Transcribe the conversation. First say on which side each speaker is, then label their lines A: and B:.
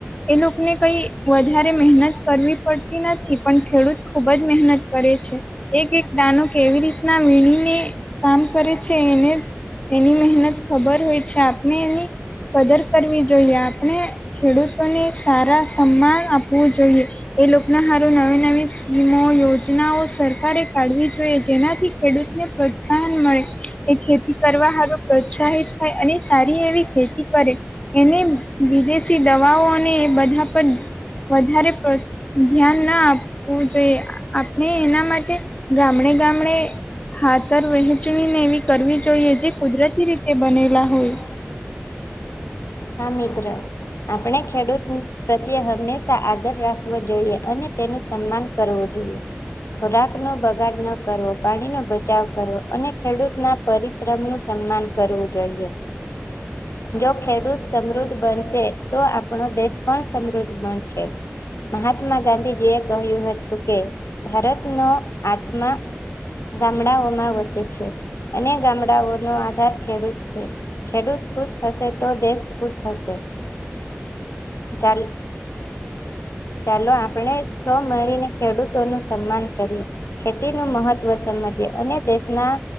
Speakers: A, on the left; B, on the left.
A: એ લોકને કઈ વધા રે મહેનત કરવી પડતી નથી, પણ ખેડૂત ખુબ જ મહેનત કરે છે. એક એક દાનો કેવી રીતના વીણીને કામ કરે છે એને એની મહેનત ખબર હોય છે, આપણે એની કદર કરવી જોઈએ, આપણે ખેડૂતોને સારા સન્માન આપવું જોઈએ. એ લોકોને હારું નવી નવી સ્કીમો, યોજનાઓ સરકારે કાઢવી જોઈએ, જેનાથી ખેડૂતને પ્રોત્સાહન મળે એ ખેતી કરવા હારુ પ્રોત્સાહિત થાય અને સારી એવી ખેતી ખેતી કરે એને વિદેશી દવાઓ અને બધા પર વધારે પડ ધ્યાન ના આપવું જોઈએ, આપણે એના માટે ગામડે ગામડે ખાતર વહેંચવી ને એવી કરવી જોઈએ, જે કુદરતી રીતે બનેલા હોય
B: હા મિત્ર. આપણે ખેડૂત પ્રત્યે હંમેશા આદર રાખવો જોઈએ અને તેનું સન્માન કરવું જોઈએ. ખોરાકનો બગાડ ન કરવો, પાણીનો બચાવ કરવો અને ખેડૂત ના પરિશ્રમનું સન્માન કરવું જોઈએ, જો ખેડૂત સમૃદ્ધ બનશે તો આપણો દેશ પણ સમૃદ્ધ બનશે. મહાત્મા ગાંધીજી એ કહ્યું હતું, કે ભારતનો આત્મા ગામડાઓમાં વસે છે અને ગામડાઓનો આધાર ખેડૂત છે. ખેડૂત ખુશ હશે તો દેશ ખુશ હશે. ચાલ. ચાલો, આપણે સો મળીને ખેડૂતો નુ સન્માન કરીએ. ખેતીનું મહત્વ સમજીએ અને દેશના